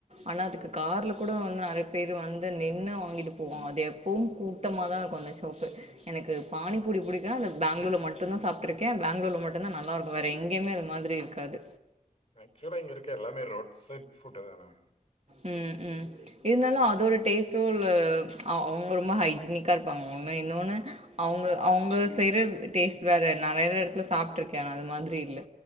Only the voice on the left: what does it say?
ஆக்சுவலா இங்க இருக்க எல்லாமே ரோட் சைட் ஃபுட்ட தானே
நம்